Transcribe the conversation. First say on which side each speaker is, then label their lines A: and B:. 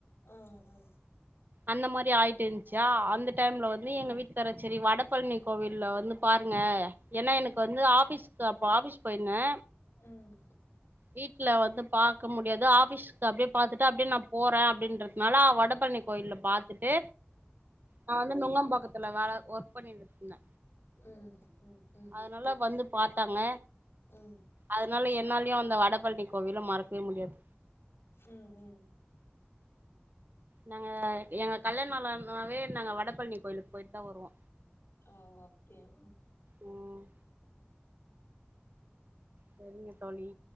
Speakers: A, on the left; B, on the right.
A: ஆ ஆ
B: அந்த மாரி ஆயிட் இந்துச்சா அந்த டைம்ல வந்து எங்க வீட்டுகார சரி வடபழனி கோவில்ல வந்து பாருங்க ஏன்னா எனக்கு வந்து ஆஃபீஸ்க்கு அப்போ ஆஃபீஸ் போயிந்தே
A: ம்
B: வீட்ல வந்து பாக் க முடியாது ஆஃபீஸ்க்கு அப்டே பாத்துட்டு அப்டியே நா போறே அப்டின்றதுனால வடப்பழனி கோயில்ல பாத்துட்டு நா வந்து நுங்கபாக்கத் துல வேல ஒர்க் பண்ணிட்ருந்தே
A: ம் ம் ம் ம்
B: அதனால வந்து பாத்தாங்க
A: ம்
B: அதனால என்னாலயு அந்த வடப்பழனி கோவில மறக்கவே முடியாது
A: ம் ம்
B: நாங்க எங்க கல்யாண நாள் ஆனானாவே நாங்க வடப்பழனி கோயிலுக்கு போயிட்டு தா வருவோ
A: ஓ அப்டியா
B: ம் சரிங்க தோழி